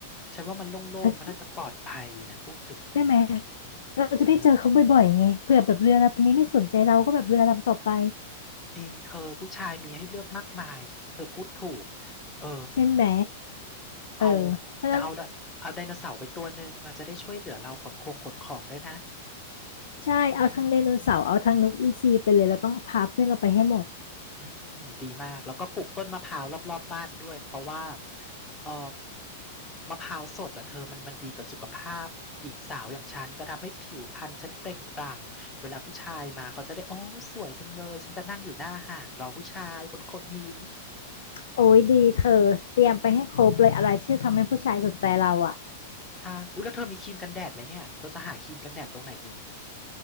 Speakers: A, on the left; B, on the left.
A: ฉันว่ามันโล่งๆมันน่าจะปลอดภัยนะพูดถึงอ่ะ
B: เอาได้ไหม เราจะได้เจอเขาบ่อยๆไงเผื่อแบบเรือลำนี้ไม่สนใจเราก็แบบเรือลำต่อไป
A: เออจริงเธอผู้ชายมีให้เลือกมากมายเธอพูดถูกเออ
B: ใช่ไหมเออเพราะฉะนั้น
A: เอาแต่เอาไดเอาไดโนเสาร์ไปตัวหนึ่งอะจะได้ช่วยเหลือเราขนคงขนของด้วยนะ
B: ใช่เอาทั้งไดโนเสาร์เอาทั้งนกอินทรีไปเลยเราต้องพาเพื่อนเราไปให้หมด
A: อืมดีมากแล้วก็ปลูกต้นมะพร้าวรอบๆบ้านด้วยเพราะว่าเออมะพร้าวสดอ่ะเธอมันมันดีกับสุขภาพหญิงสาวอย่างฉันจะทำให้ผิวพรรณฉันเปล่งปลั่งเวลาผู้ชายมาเขาจะได้โอ้สวยจังเลยฉันจะนั่งอยู่หน้าหาดรอผู้ชายบนโขดหิน
B: โอ้ยดีเธอเตรียมไปให้ครบเลยอะไรที่จะทำให้ผู้ชายสนใจเราอะ
A: ใช่อุ๊ยแล้วเธอมีครีมกันแดดไหมเนี่ยเราจะหาครีมกันแดดตรงไหนดี